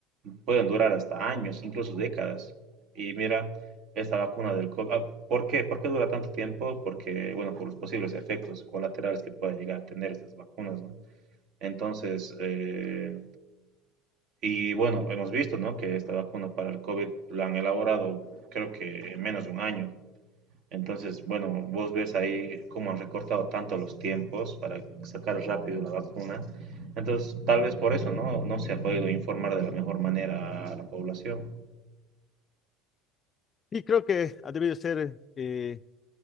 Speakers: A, on the right (about 55°); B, on the left (about 35°).
A: pueden durar hasta años, incluso décadas. Y mira, esta vacuna del COVID, ah, ¿por qué? ¿Por qué dura tanto tiempo? Porque, bueno, por los posibles efectos colaterales que pueden llegar a tener estas vacunas, ¿no? Entonces, eh, y bueno, hemos visto, ¿no? Que esta vacuna para el COVID la han elaborado creo que en menos de un año. Entonces, bueno, vos ves ahí cómo han recortado tanto los tiempos para sacar rápido la vacuna. Entonces, tal vez por eso, ¿no? No se ha podido informar de la mejor manera a la población.
B: Y creo que ha debido ser eh,